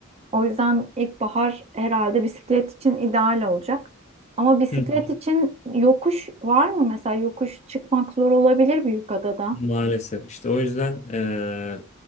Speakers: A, on the right; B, on the left.
A: O yüzden ilkbahar herhalde bisiklet için ideal olacak. Ama bisiklet
B: Hı hı.
A: için yokuş var mı? Mesela yokuş çıkmak zor olabilir büyük adada.
B: Maalesef. İşte o yüzden e,